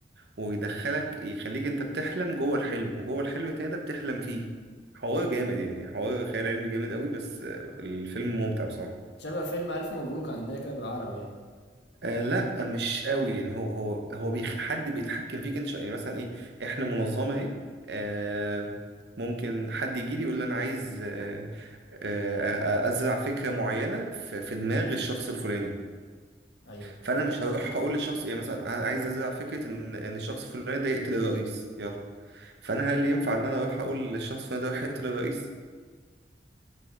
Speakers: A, on the right; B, on the left.
A: ويدخلك يخليك انت بتحلم جوه الحلم وجوه الحلم التاني ده بتحلم فيه حوار جامد يعني حوار خيال علمي جامد قوي بس آه، الفيلم ممتع بصراحة
B: شبه فيلم الف مبروك عندنا كده بالعربي يعني
A: آه لا مش قوي يعني هو هو هو بيخ... حد بيتحكم فيك انت شا- يعني مثلا ايه احنا منظمه اهي آه ممكن حد يجي لي يقول لي انا عايز آه آه ازرع فكره معينه في, في دماغ الشخص الفلاني
B: ايوه
A: فانا مش هروح اقول للشخص يعني مثلا ع- عايز ازرع فكره ان ان الشخص الفلاني ده يقتل الرئيس يلا فانا هل ينفع ان انا اروح اقول للشخص الفلاني ده يروح يقتل الرئيس